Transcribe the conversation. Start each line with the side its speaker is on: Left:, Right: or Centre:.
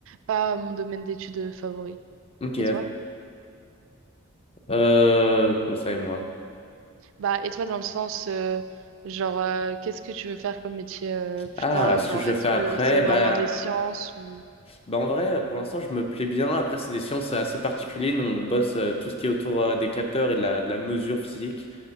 Right: pas mon domaine d'études favori.
Left: Ok.
Right: Et toi?
Left: Euh, comment ça et moi?
Right: Bah, et toi, dans le sens, euh, genre, euh, qu'est-ce que tu veux faire comme métier euh, plus
Left: Ah,
Right: tard?
Left: ce
Right: Genre,
Left: que je
Right: est-ce
Left: veux faire
Right: que
Left: après,
Right: c'est
Left: bah,
Right: vraiment des sciences ou...
Left: bah en vrai, pour l'instant, je me plais bien. Après, c'est des sciences assez particulières. Nous, on bosse euh, tout ce qui est autour euh, des capteurs et de la, de la mesure physique